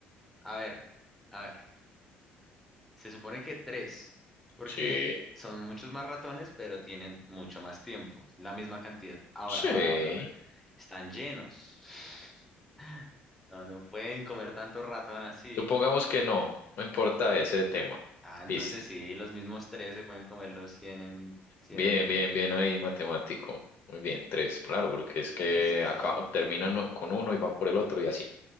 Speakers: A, in the centre; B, on the left (about 50°).
A: A ver, a ver. Se supone que tres, porque
B: Sí,
A: son muchos más ratones, pero tienen mucho más tiempo, la misma cantidad. Ahora,
B: sí.
A: ahora, ahora, ahora. Están llenos. <laughs> No, no pueden comer tanto ratón así.
B: Supongamos que no, no importa ese tema.
A: Ah, entonces
B: Listo.
A: sí, los mismos tres se pueden comer los cien en cien
B: Bien,
A: mil.
B: bien, bien ahí, matemático. Muy bien, tres, claro, porque es que
A: Ese sí,
B: acá
A: sí, sí,
B: terminan uno- con uno y van por el otro y así.